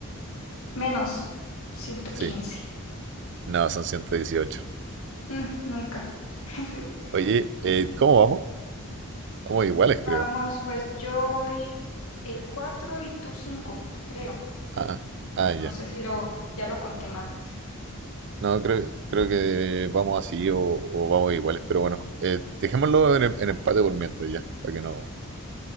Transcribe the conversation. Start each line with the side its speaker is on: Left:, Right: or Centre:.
Left: menos 115.
Right: Sí. No, son ciento dieciocho
Left: Mm, nunca. <laughs>
Right: Oye,
Left: Pues,
Right: eh, ¿cómo vamos? Vamos iguales,
Left: Vamos,
Right: creo.
Left: pues yo voy eh, 4 y tú 5, creo.
Right: Ah, ah, ya.
Left: No sé si lo, ya lo conté mal.
Right: No, creo, creo que vamos así o, o vamos iguales, pero bueno, eh, dejémoslo en, em- en empate por mientras ya, para que no...